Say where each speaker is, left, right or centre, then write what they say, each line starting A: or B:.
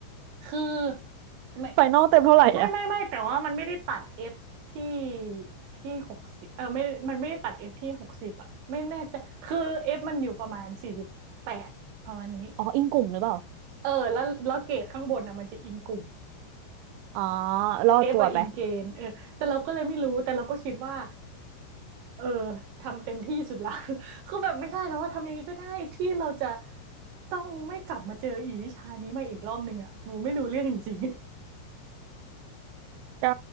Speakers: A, on the right; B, on the right.
A: คือไม่
B: ไฟนอลเต็มเท่าไหร่อ่ะ
A: ไม่ไม่ไม่แต่ว่ามันไม่ได้ตัด f ที่ที่หกสิบเออไม่มันไม่ได้ตัด f ที่หกสิบอ่ะไม่แน่ใจคือ f มันอยู่ประมาณสี่สิบแปดประมาณนี้
B: อ๋ออิงกลุ่มหรือเปล่า
A: เออแล้วแล้วเกรดข้างบนอ่ะมันจะอิงกลุ่ม
B: อ๋อรอดตัวไป
A: f ออะอิงเกณฑ์เออแต่เราก็เลยไม่รู้แต่เราก็คิดว่า เออทำเต็มที่สุดละ <laughs> คือแบบไม่ได้แล้วว่าทำยังไงก็ได้ที่เราจะต้องไม่กลับมาเจออีวิชานี้มาอีกรอบหนึ่งอ่ะกูไม่รู้เรื่องจริง
B: ก็